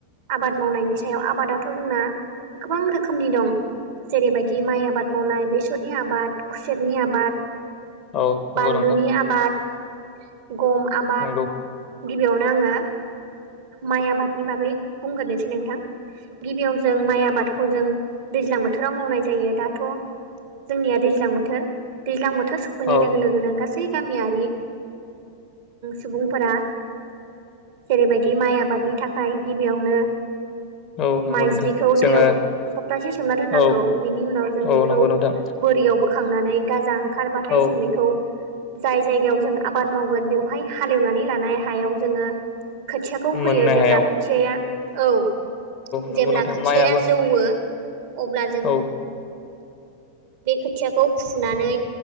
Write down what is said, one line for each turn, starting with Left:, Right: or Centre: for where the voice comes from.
Right: आबाद मावनायनि सायाव आबादाथ' जोंना गोबां रोखोमनि दं जेरैबायदि माइ आबाद मावनाय बेसरनि आबाद खुसेरनि आबाद
Left: औ नंगौ
Right: बानलुनि
Left: नोंथां
Right: आबाद गम आबाद
Left: नंगौ
Right: गिबियावनो आङो माइ आबादनि बागै बुंग्रोसै नोंथां गिबियाव जों माइ आबादखौ जों दैज्लां बोथोराव मावनाय जायो दाथ' जोंनिया दैज्लां बोथोर दैज्लां बोथोर सफैनाय
Left: औ
Right: लोगो लोगोनो गासै गामियारि सुबुंफोरा जेरैबायदि माइ आबादनि थाखाय गिबियावनो
Left: औ नंगौ
Right: माइज्लिखौ
Left: नोंथां
Right: दैयाव
Left: जोङो
Right: सप्तासे सोमना दोननांगौ
Left: औ
Right: बिनि उनाव जों
Left: औ
Right: बेखौ
Left: नंगौ नोंथां
Right: बोरियाव बोखांनानै गाजा ओंखारबाथाय
Left: औ
Right: जों बेखौ जाय जायगायाव जों आबाद मावगोन बेवहाय हालेवनानै लानाय हायाव जोङो खोथियाखौ फोयो
Left: मोननो
Right: जेब्ला
Left: हायाव
Right: खोथियाया औ
Left: नंगौ
Right: जेब्ला
Left: नोंथां
Right: खोथियाया
Left: माइयाबो
Right: जौवो अब्ला जों
Left: औ
Right: बे खोथियाखौ फुनानै